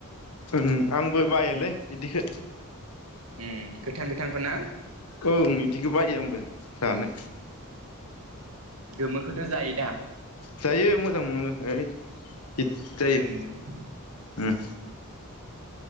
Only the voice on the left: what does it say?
उम आंबो बायोलै इदिखो
औ इदिखौ बायो आंबो जानो
जायो मोजां मोनो है हित जायो
उम